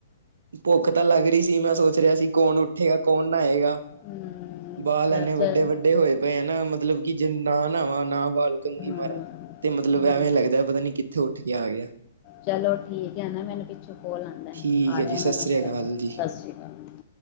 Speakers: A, on the right; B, on the left.
A: ਭੁੱਖ ਤਾਂ ਲਾੱਗ ਰੀ ਸੀ, ਮੈਂ ਸੋਚ ਰੇਆ ਸੀ ਕੌਨ ਉੱਠ ਉਠੇਗਾ, ਕੌਨ ਨਾਏਗਾ
B: ਹਮ
A: ਬਾਲ
B: ਅੱਛਾ
A: ਐਨੇ
B: ਚੱਲ
A: ਵੱਡੇ-ਵੱਡੇ ਹੋਏ ਪੇਏਨ, ਮਤਲਬ ਕਿ ਜੇ ਨਾ ਨਾਵਾਂ, ਨਾ ਬਾਲ ਕੰਘੀ
B: ਹਾਂ
A: ਮਾਰਾ ਤੇ ਮ ਮਤਲਬ
B: ਹਮ
A: ਐਵੇਂ ਲੱਗਦੈ, ਪਤਾ ਨੀ ਕਿੱਥੇ ਉੱਠ ਕੇ ਆ ਗੇਆ।
B: ਚਲੋ ਠੀਕ ਐ ਨਾ, ਮੈਨੂੰ ਪਿੱਛੋਂ ਕੋਲ ਆਂਦੈ,
A: ਠੀਕ
B: ਆ
A: ਹੈ
B: ਰੇਆ
A: ਜੀ ਸਤਿ
B: ਮੈਂ ਤੂਆਨੂੰ
A: ਸ੍ਰੀ ਅਕਾਲ
B: ਕਰਨੀ,
A: ਜੀ।
B: ਸਸ਼੍ਰੀ ਕਾਲ।